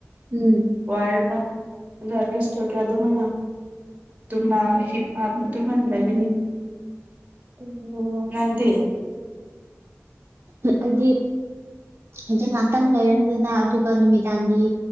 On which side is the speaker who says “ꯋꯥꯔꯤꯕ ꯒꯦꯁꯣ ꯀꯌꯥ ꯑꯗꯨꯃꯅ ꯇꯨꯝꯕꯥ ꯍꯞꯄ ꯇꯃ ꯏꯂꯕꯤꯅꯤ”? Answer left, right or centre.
Right